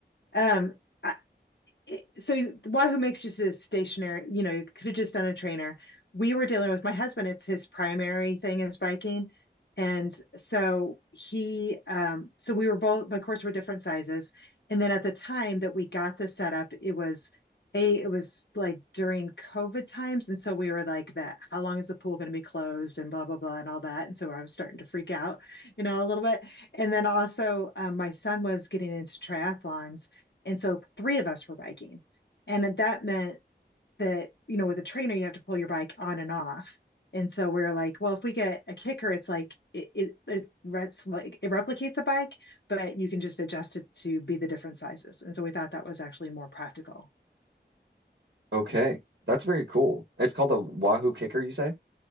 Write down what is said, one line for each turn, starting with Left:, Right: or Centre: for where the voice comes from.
Left: um I, it- so Wahoo makes just a stationary, you know, you could have just done a trainer. We were dealing with my husband, it's his primary thing is biking. And so he, um, so we were both, but of course, we're different sizes. And then at the time that we got the setup, it was a, it was like during COVID times. And so we were like that, how long is the pool going to be closed and blah, blah, blah, and all that. And so I was starting to freak out, you know, a little bit. And then also, um, my son was getting into triathlons. And so three of us were biking. And that meant that, you know, with a trainer, you have to pull your bike on and off. And so we are like, well, if we get a kicker, it's like it it, it rets like it replicates a bike, but you can just adjust it to be the different sizes. And so we thought that was actually more practical
Right: Okay. That's very cool. It's called a Wahoo Kicker, you say?